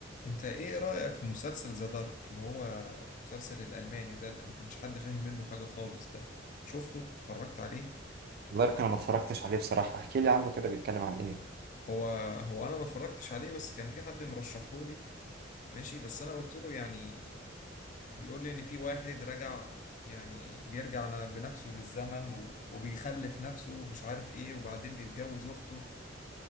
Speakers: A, on the left; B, on the right.
A: انت ايه رأيك في مسلسل ذا دارك اللي هو المسلسل الألماني ده اللي ما كانش حد فاهم منه حاجة خالص ده شفته اتفرجت عليه
B: دارك انا ما اتفرجتش عليه بصراحة احكي لي عنه كده بيتكلم عن ايه
A: هو هو انا ما اتفرجتش عليه بس كان في حد مرشحهولي ماشي بس انا قلت له يعني بيقول لي ان في واحد رجع يعني بيرجع ن- بنفسه للزمن و- وبيخلف نفسه ومش عارف ايه وبعدين بيتجوز اخته